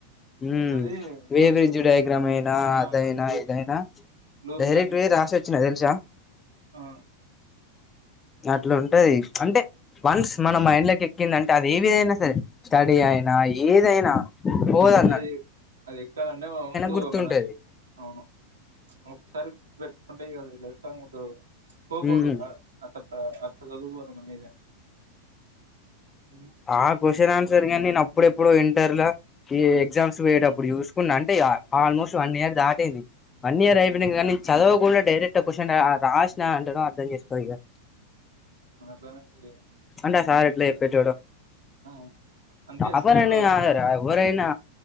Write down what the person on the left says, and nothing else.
ఉ
వేవ్రిజ
డయాగ్రామ్ అయినా
అదైనా
ఏదైనా
డైరెక్ట్
పోయి రాసి వచ్చినా
తెలుసా
అట్లా ఉంటదీ అంటే వన్స్ మనం మానమైండ్లకి ఎక్కిందంటే అది ఏదైనా సరే స్టడీ అయినా ఏదైనా పోవుదం
గుర్తుంటది
ఉమ్
ఆ క్వశ్చన్ అన్ గాని నేను అప్పుడెప్పుడు ఇంటర్ ఎగ్జామ్స్ పోయేటప్పుడు చూసుకున్నా అంటే ఆల్మోస్ట్ వన్ ఇయ దాటీంది వన్ ఇయర్
అయిపోయి కానీ చదవకుండా డైరెక్ట్ క్వశ్చన్ రాసిన అంటనే అర్థం చేసుకో ఇక
అంటే సార్ ఎట్లా చెప్పేటోడు
టాప్పర్
అని కాదురా ఎవరైనా